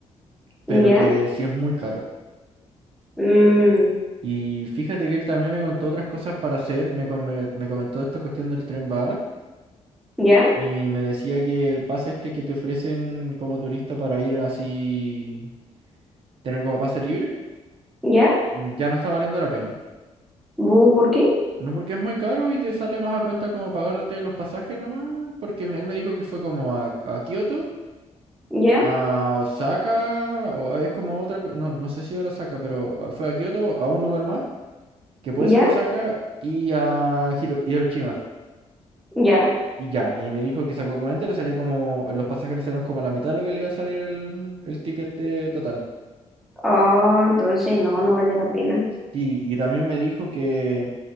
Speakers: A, on the right (about 50°); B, in the centre.
A: pero
B: ya,
A: que sí es muy caro.
B: mm,
A: Y fíjate que él también me contó otras cosas para hacer, me, come- me comentó esta cuestión del tren bala
B: ya,
A: y me decía que el pase este que te ofrecen como turista para ir así, tener como pase libre,
B: ya,
A: mm, ya no está valiendo la pena.
B: bu, ¿por qué?
A: No porque es muy caro y te sale más a cuenta como pagarte los pasajes nomás, porque me- él me dijo que fue como a, a Kioto,
B: Ya,
A: a Osaka, o es como otra, cu- no, no sé si era Osaka, pero ah, fue a Kioto, a un lugar más, que puede
B: ya,
A: ser Osaka, y a Hiro- Hiroshima.
B: ya.
A: Y ya, y me dijo que sacó cuenta y le salía como, los pasajes le salieron como a la mitad de lo que le iba a salir el, el ticket eh, total.
B: Ah, entonces no, no vale la pena.
A: Sí, y también me dijo que